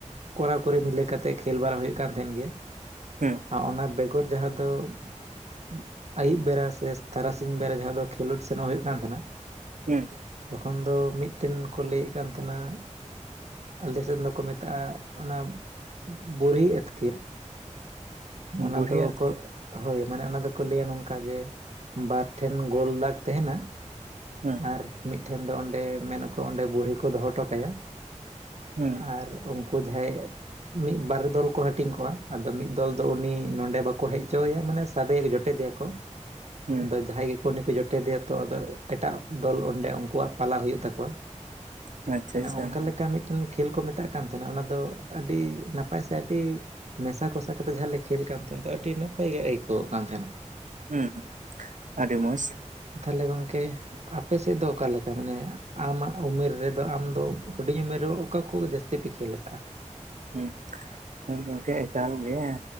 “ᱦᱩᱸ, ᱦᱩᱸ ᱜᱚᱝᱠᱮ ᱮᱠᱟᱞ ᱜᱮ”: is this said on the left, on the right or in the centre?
Right